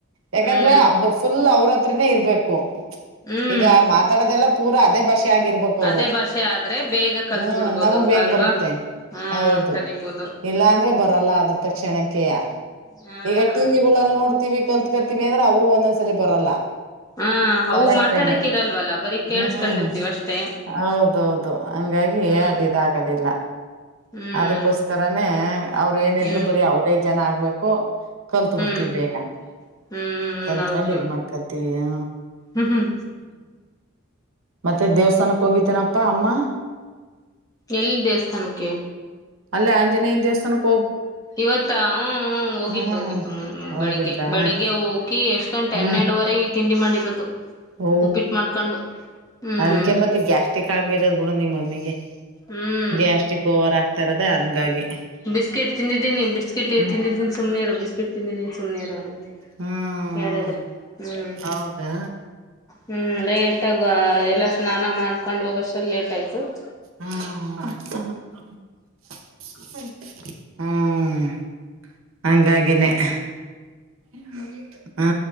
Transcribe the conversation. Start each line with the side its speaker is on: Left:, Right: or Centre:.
Right: ಯಾಕಂದ್ರೆಬ್ಬ
Left: ಹ್ಮ್
Right: ಫುಲ್ ಅವ್ರತ್ರ ಇರಬೇಕು
Left: ಹ್ಮ್
Right: ಈಗ ಮಾತಾಡದೆಲ್ಲ ಪೂರ ಅದೇ ಬ ಭಾಷೆ ಆಗಿರ್ಬೇಕು ಅವ್ರು
Left: ಅದೇ ಭಾಷೆ ಆದ್ರೆ ಬೇಗ ಕಲ್ತ್
Right: ಹ್ಮ
Left: ಬಿಡ್ಬೋದು
Right: ನಮಗ್ ಬೇಗ
Left: ಅಲ್ವಾ
Right: ಬರುತ್ತೆ
Left: ಹ್ಮ್
Right: ಹೌದು
Left: ಕಲಿಬೋದು
Right: ಇಲ್ಲಾ ಅಂದ್ರೆ ಬರಲ್ಲ ಆದ ತಕ್ಷಣಕ್ಕೆಯ
Left: ಹ್ಮ್
Right: ಈಗ ಟಿವಿಗಳಲ್ಲಿ ನೋಡ್ತೀವಿ ಕಲ್ತ್ಕರ್ತಿೀವಿ ಅಂದ್ರ ಅವು ಒಂದೊಂದ್ಸರಿ ಬರಲ್ಲ
Left: ಹಾ ಅವು
Right: ಕರೆಕ್ಟಾಗಿ
Left: ಮಾತಾಡಕ್ ಇರಲ್ವಲ್ಲ ಬರೀ ಕೇಳಸ್ಕೊಂಡಿರ್ತೀವ
Right: ಹ್ಮ್
Left: ಅಷ್ಟೇ
Right: ಹೌದೌದು ಹಂಗಾಗಿ
Left: ಹ್ಮ್
Right: ಅದ ಇದ ಆಗದಿಲ್ಲ
Left: ಹ್ಮ್
Right: ಅದಕ್ಕೋಸ್ಕರನೇ ಅವ್ರೇಏನಿದ್ರು
Left: ಹ್ಮ್
Right: ಬರೀ ಅವರೇ ಜನ ಆಗ್ಬೇಕು ಕಲ್ತ್ ಬಿಡ್ತೀವಿ
Left: ಹ್ಮ್
Right: ಬೇಗ
Left: ಹ್ಮ್
Right: ಕಲ್ತ್ಕೊಂಡು
Left: ಹೌದು
Right: ಇದ್ ಮಾಡ್ಕತ್ತೀವಿ ಹ
Left: ಹ್ಮ್ ಹ್ಮ್
Right: ಮತ್ತೆ ದೇವಸ್ಥಾನಕ್ ಹೋಗಿತೇನಪ್ಪಾ ಅಮ್ಮ
Left: ಎಲ್ಲಿ ದೇವಸ್ಥಾನಕ್ಕೆ
Right: ಅಲ್ಲ ಆಂಜನೇಯ ದೇಸ್ಥಾನಕ್ಕೆ
Left: ಇವತ್ತ ಹೋಗಿತ್ತು
Right: ಹ್ಮ್
Left: ಹೋಗಿತ್ತು
Right: ಹೋಗಿದ್ರಾ
Left: ಬೆಳಿಗ್ಗೆ ಬೆಳಿಗ್ಗೆ ಹೋಗಿ ಎಷ್ಟ್ ಗಂಟೆ ಗಂಟೆ
Right: ಹ
Left: ಎನ್ನೆರಡುವರೆಗೆ ತಿಂಡಿ ಮಾಡಿರೋದು
Right: ಓ
Left: ಉಪ್ಪಿಟ್ಟು ಮಾಡ್ಕೊಂಡು ಹ್ಮ್
Right: ಅದಕ್ಕೆ ಮತ್ತೆ ಗ್ಯಾಸ್ಟ್ರಿಕ್ ಆಗಿರದ್ ಬಿಡು ನಿಮ್ಮ ಮಮ್ಮಿಗೆ
Left: ಹ್ಮ್
Right: ಗ್ಯಾಸ್ಟ್ರಿಕ್ ಓವರ್ ಹ ಆಗ್ತಾರತ್ತ ಅದಿಕ್ಕೆ ಹಂಗಾಗಿ
Left: ಬಿಸ್ಕೆಟ್ ತಿಂದಿದ್ದೀನಿ ಬಿಸ್ಕೆಟ್
Right: ಹ್ಮ್
Left: ತಿಂದಿದ್ದೀನಿ ಸುಮ್ನೆ ಇರು ಬಿಸ್ಕೆಟ್ ತಿಂದಿದ್ದೀನಿ ಸುಮ್ನೆ ಇರು ಅನ್ನತ್ತೆ
Right: ಹ್ಮ್
Left: ಹೇಳುದ್ರೆ ಹ್ಮ್
Right: ಹೌದಾ
Left: ಹ್ಞೂ ಲೇಟಾಗಿ ಎಲ್ಲ ಸ್ನಾನ ಮಾಡ್ಕೊಂಡು ಹೋಗೋಷ್ಟಲ್ಲ ಲೇಟ್ ಆಯಿತು <inaudible>
Right: ಹ್ಮ್ <unintelligible> ಹ್ಮ ಹಂಗಾಗಿನೇ <inaudible> <inaudible> ಹಾ